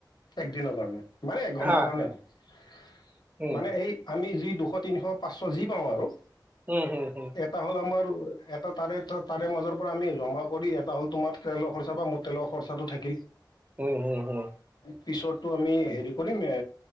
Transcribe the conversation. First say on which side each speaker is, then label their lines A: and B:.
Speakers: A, on the left (about 70°); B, on the right (about 20°).
A: একদিনৰ কাৰণে। মানে এক ঘণ্টাৰ
B: হা
A: কাৰণে
B: হা
A: হওঁক
B: উম
A: মানে এই আমি যি দুশ তিনিশ পাঁচশ যি পাওঁ আৰু
B: উম হম হম
A: এটা হ'ল আমাৰ এটা তাৰে তাৰে মাজৰ পৰা আমি জমা কৰি এটা হ'ল তোমাৰ তেলৰ খৰচা বা মোৰ তেলৰ খৰচাটো থাকিল।
B: উ হয়।
A: পিছতো আমি হেৰি কৰিম এ